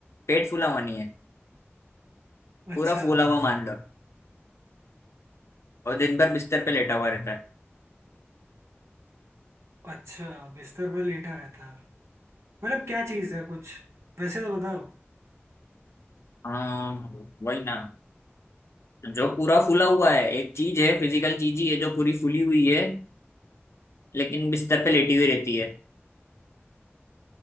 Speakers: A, on the left (about 75°); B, on the right (about 85°).
A: पेट फूला हुआ नहीं है
B: अच्छा
A: पूरा फूला हुआ मान लो और दिन भर बिस्तर पे लेटा हुआ रहता है
B: अच्छा बिस्तर पर लेटा रहता है मतलब क्या चीज़ है कुछ वैसे तो बताओ
A: हाँ वही ना जो पूरा फूला हुआ है एक चीज है फिजिकल चीज ही है जो पूरी फूली हुई है लेकिन बिस्तर पे लेटी हुई रहती है